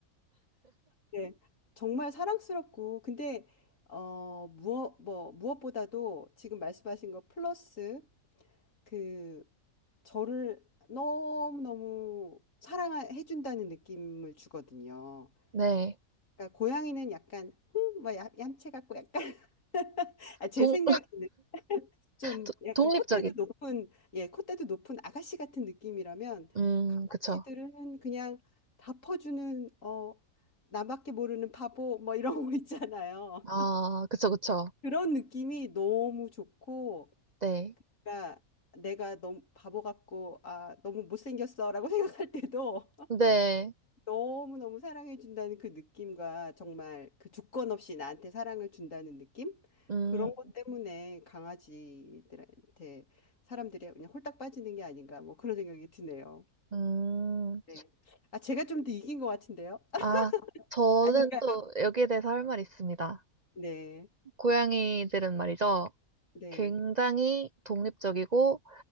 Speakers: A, on the left (about 65°); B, on the right (about 50°).
A: 네. 정말 사랑스럽고 근데 어 무엇 뭐 무엇보다도 지금 말씀하신 거 플러스 그 저를 너무너무 사랑해 준다는 느낌을 주거든요.
B: 네.
A: 그러니까 고양이는 약간 뭐 얌체 같고 약간 아, 제
B: 동,
A: 생각에는 <laughs> 좀
B: 도-
A: 약간
B: 독립적인.
A: 콧대도 높은, 예, 콧대도 높은 아가씨 같은 느낌이라면
B: 음,
A: 강아지들은
B: 그쵸.
A: 그냥 다 퍼주는, 어, 나밖에 모르는 바보 뭐 이런 거 있잖아요.
B: 아,
A: <laughs>
B: 그쵸, 그쵸.
A: 그런 느낌이 너무 좋고,
B: 네.
A: 그러니까 내가 너무 바보 같고, 아, 너무 못생겼어라고 <laughs> 생각할 때도
B: 근데,
A: 너무너무 사랑해준다는 그 느낌과 정말 그 조건 없이 나한테 사랑을 준다는 느낌?
B: 음,
A: 그런 것 때문에 강아지들한테 사람들이 그냥 홀딱 빠지는 게 아닌가 뭐 그런 생각이 드네요.
B: 음,
A: 네. 아, 제가 좀 더 이긴 것 같은데요? <laughs>
B: 아, 저는
A: 아닌가?
B: 또 여기에 대해서 할 말이 있습니다.
A: 네.
B: 고양이들은 말이죠.
A: 네.
B: 굉장히 독립적이고